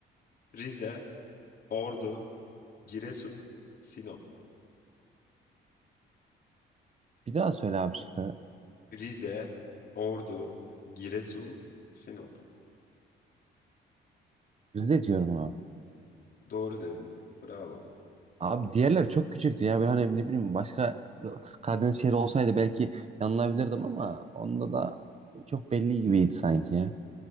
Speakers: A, on the left; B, on the right.
A: Rize, Ordu, Giresun, Sinop.
B: Bir daha söyle abi şıkları.
A: Rize, Ordu, Giresun, Sinop.
B: Rize diyorum abi.
A: Doğru dedin. Bravo.
B: Abi diğerler çok küçüktü ya. Ben hani ne bileyim başka ıı, Karadeniz şehri olsaydı belki yanılabilirdim ama onda da çok belli gibiydi sanki. ya.